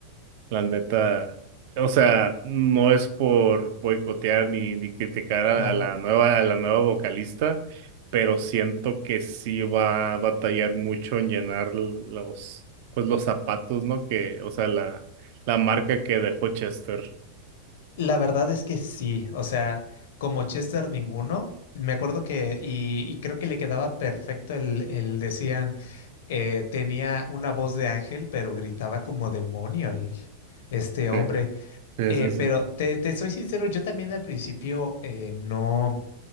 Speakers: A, on the right; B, on the left.
A: La neta, o sea, no es por boicotear ni, ni criticar a,
B: Claro.
A: a la nueva, a la nueva vocalista, pero siento que sí va a batallar mucho en llenar los, pues los zapatos, ¿no? Que, o sea, la, la marca que dejó Chester.
B: La verdad es que sí, o sea, como Chester ninguno, me acuerdo que, y, y creo que le quedaba perfecto el, el decían. eh, tenía una voz de ángel, pero gritaba como demonio el- este hombre.
A: Sí, sí,
B: Eh,
A: sí, sí.
B: pero te, te soy sincero, yo también al principio eh, no,